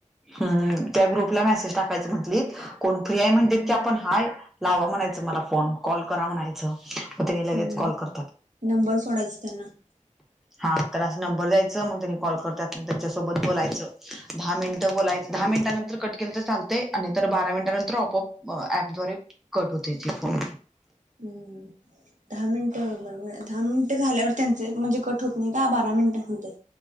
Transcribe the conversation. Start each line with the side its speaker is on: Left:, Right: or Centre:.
Centre: हम्म हम्म, त्या ग्रुपला मेसेज टाकायचं म्हंटलीत, कोण फ्री आहे म्हणले
Right: हम्म
Centre: की आपण हाय लावा म्हणायचं मला फोन, कॉल करा म्हणायचं. म त्यानी लगेच
Right: हम्म
Centre: कॉल करत्यात.
Right: नंबर सोडायच त्यांना
Centre: हा, त्याला असं नंबर द्यायचं मग त्यांनी कॉल करत्यात मग त्यांच्यासोबत बोलायचं, दहा मिन ट बोलायचं, दहा मिनिटानंतर कट केलं तर चालतंय, आणि नंतर बारा मिनटांनंतर आपोआप अ ऍपद्वारे कट होतंय ती फोन.
Right: हम्म हम्म. दहा मिनटं बरोबर दहा मिनिटं झाल्यावर त्यांचे म्हणजे कट होत नाही का? बारा मिनिटानि होतंय.